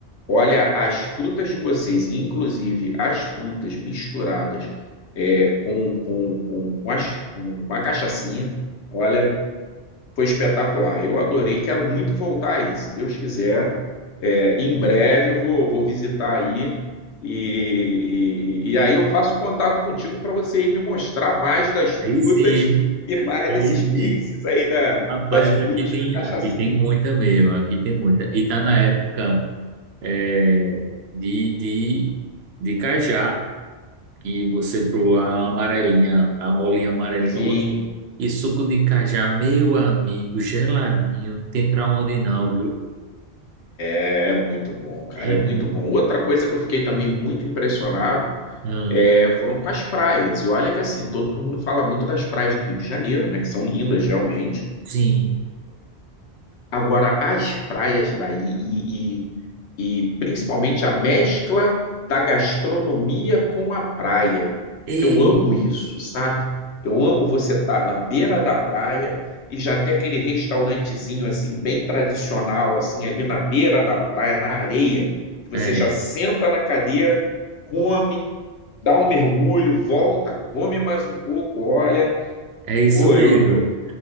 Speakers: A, on the left; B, on the right.
A: Olha, as frutas de vocês, e inclusive as frutas misturadas é, com, com, com, com, as- com- com a cachaçinha, olha, foi espetacular. Eu adorei, quero muito voltar aí. Se Deus quiser, é, em breve eu vou, vou visitar aí e, e, e aí eu faço contato contigo para você ir me mostrar mais das
B: Aí
A: frutas
B: sim,
A: e mais
B: aí
A: desses mixes
B: sim.
A: aí da,
B: Rapaz,
A: das frutas
B: aqui tem,
A: com a cachaçinha.
B: aqui tem muita mesmo, aqui tem muita. E tá na época é, de, de, de cajá, que você proa a amarelinha, a bolinha amarelinha.
A: Sim.
B: Oxe, E suco de cajá, meu amigo, geladinho, tem pra onde não, viu?
A: É muito bom, cara,
B: É
A: é muito
B: muito
A: bom.
B: bom.
A: Outra coisa que eu fiquei também muito impressionado
B: Hum,
A: é, foram com as praias. E olha que assim, todo mundo fala muito das praias do Rio de Janeiro, né? Que são lindas realmente.
B: sim.
A: Agora, as praias daí, e, e, e principalmente a mescla da gastronomia com a praia,
B: Ei,
A: porque eu amo isso, sabe? Eu amo você estar na beira da praia e já ter aquele restaurantezinho assim bem tradicional assim ali na beira da praia, na areia, que você
B: é,
A: já
B: é,
A: senta na cadeira, come, dá um mergulho, volta, come mais um pouco, olha,
B: é isso
A: pô,
B: mesmo.
A: eu, eu,